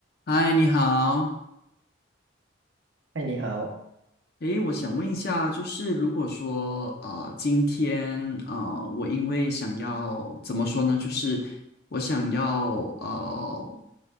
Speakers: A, on the left; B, on the right.
A: 嗨，你好。
B: 嗨，你好。
A: 诶，我想问一下，就是如果说啊，今天啊，我因为想要怎么说呢，就是我想要呃，